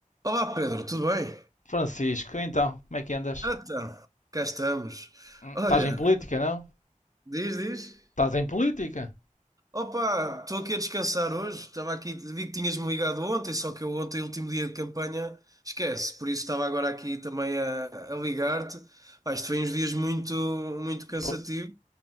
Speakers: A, on the right; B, on the left.
A: Olá Pedro, tudo bem?
B: Francisco, então, como é que andas?
A: Então, cá estamos.
B: Hum,
A: Olha,
B: Estás em política, não?
A: diz, diz.
B: Estás em política?
A: Opa, estou aqui a descansar hoje. Estava aqui, vi que tinhas-me ligado ontem, só que eu ontem, último dia de campanha, esquece. Por isso estava agora aqui também a, a ligar-te. Pá, isto foi uns dias muito, muito cansativo.
B: Pô,